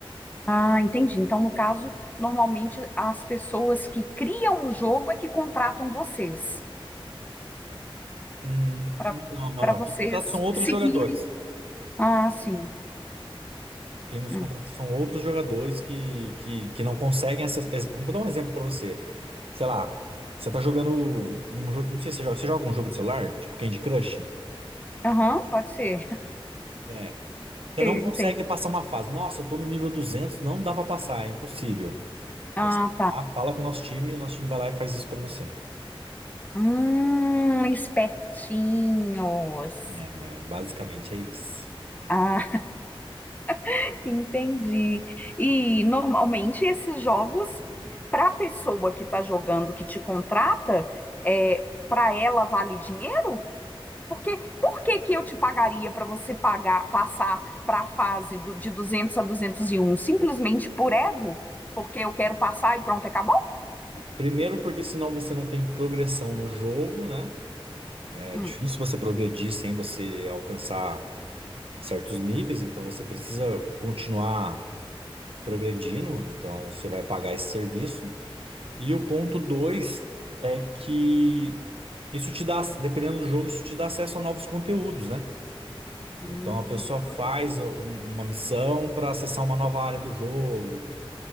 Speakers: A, on the left; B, on the right.
A: Ah, entendi. Então, no caso, normalmente as pessoas que criam o jogo é que contratam vocês
B: Hum,
A: para
B: não, não,
A: para
B: não.
A: vocês
B: Quem contrata são outros
A: seguirem.
B: jogadores.
A: Ah, sim.
B: Quem nos
A: Hum.
B: contrata são outros jogadores que, que, que não conseguem acessar. Vou dar um exemplo pra você. Sei lá, você tá jogando um jogo. Não sei se você joga. Você joga um jogo de celular? Tipo Candy Crush?
A: Aham, pode ser.
B: É. Você
A: <laughs>
B: não
A: Eu
B: consegue
A: entendo.
B: passar uma fase. Nossa, eu tô no nível 200, não dá pra passar, é impossível.
A: Ah,
B: Aí você
A: tá.
B: vai lá, fala com o nosso time e o nosso time vai lá e faz isso pra você.
A: Hum, espertinhos.
B: É, né, basicamente é isso.
A: Ah, <laughs> entendi. E normalmente esses jogos, para a pessoa que está jogando, que te contrata, é, para ela vale dinheiro? Porque, por que que eu te pagaria para você pagar, passar para a fase do- de 200 a duzentos e um Simplesmente por ego? Porque eu quero passar e pronto, acabou?
B: Primeiro, porque senão você não tem progressão no jogo, né? É
A: Hum.
B: difícil você progredir sem você alcançar certos níveis, então você precisa continuar progredindo, então você vai pagar esse serviço. E o ponto 2 é que isso te dá, dependendo do jogo, isso te dá acesso a novos conteúdos, né?
A: Hum,
B: Então a pessoa faz um- uma missão para acessar uma nova área do jogo.